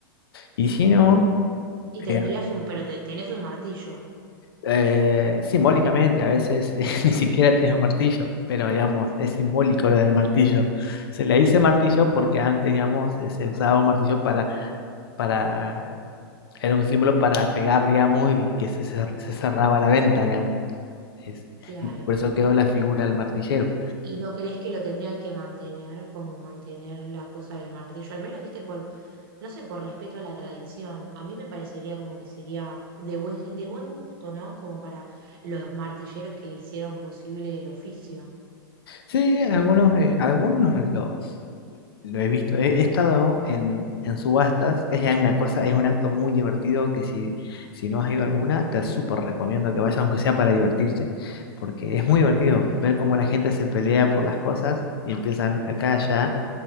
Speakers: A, on the left; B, on the right.
A: Y si no,
B: Y tendrías
A: eh,
B: un, pero te- tenés un martillo,
A: Eh, simbólicamente, a veces <laughs> ni siquiera tenés un martillo, pero digamos, es simbólico lo del martillo. Se le dice martillo porque antes, digamos, eh, se usaba un martillo para, para, era un símbolo para pegar, digamos, y que se, cer- se cerraba la venta, digamos. Es-
B: claro.
A: y por eso quedó la figura del martillero.
B: ¿Y no crees que lo tendrían que mantener, como mantener la cosa del martillo? Al menos, viste, por, no sé, por respeto a la tradición. A mí me parecería como que sería de buen, de buen gusto, ¿no? Como para los martilleros que hicieron posible el oficio.
A: Sí, algunos, eh, algunos los, los- Lo he visto, he, he estado en, en subastas, es ya una cosa, es un acto muy divertido que si, si no has ido a alguna, te súper recomiendo que vayas, aunque sea para divertirte, porque es muy divertido
B: Ok.
A: ver cómo la gente se pelea por las cosas y empiezan acá, allá,